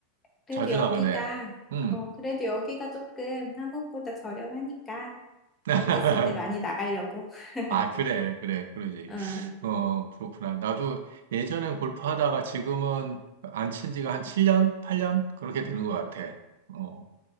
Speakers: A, on the left (about 20°); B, on the right (about 75°).
A: 그래도
B: 자주
A: 여기가,
B: 나가네. 응.
A: 어, 그래도 여기가 조금 한국보다 저렴하니까
B: <laughs>
A: 여기 있을 때 많이 나가려고. <laughs>
B: 아, 그래, 그래, 그러지.
A: 어.
B: 어, 그렇구나. 나도 예전에 골프 하다가 지금은 안 친 지가 한 7년, 8년? 그렇게 되는 것 같아. 어.